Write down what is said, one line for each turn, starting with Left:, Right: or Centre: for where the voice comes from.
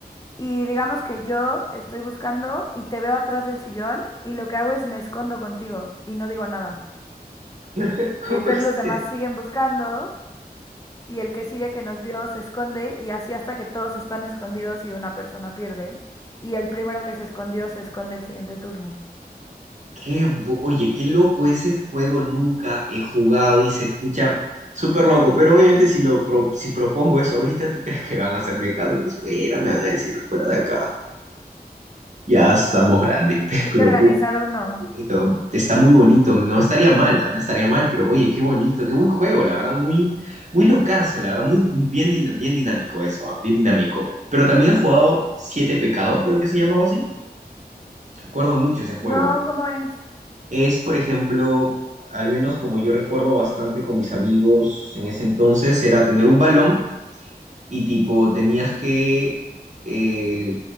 Left: Y digamos que yo estoy buscando y te veo atrás del sillón y lo que hago es me escondo contigo y no digo nada.
Right: <laughs> ¿Cómo
Left: Y entonces
Right: es
Left: los demás
Right: eso?
Left: siguen buscando y el que sigue que nos vio se esconde y así hasta que todos están escondidos y una persona pierde. Y el primero que se escondió se esconde el siguiente turno.
Right: Qué bo- Oye, qué loco ese juego, nunca he jugado y se escucha súper loco, pero obviamente si lo pro- si propongo eso ahorita, ¿tú crees que van a hacerme caso? Dices, fuera, me van a decir, fuera de acá. Ya estamos grandes, <laughs> pe,
Left: Hay
Right: pero
Left: que organizar
Right: puto,
Left: uno.
Right: bonito. Está muy bonito, no estaría mal, ¿ah? no estaría mal, pero oye, qué bonito, qué buen juego, la verdad, muy, muy locazo, la verdad, muy bien, din- bien dinámico eso, ¿ah? Bien dinámico. Pero también has jugado Siete Pecados, creo que se llamaba así. Recuerdo mucho ese juego.
Left: No, ¿cómo es?
Right: Es, por ejemplo, al menos como yo recuerdo bastante con mis amigos en ese entonces, era tener un balón y tipo tenías que... eh,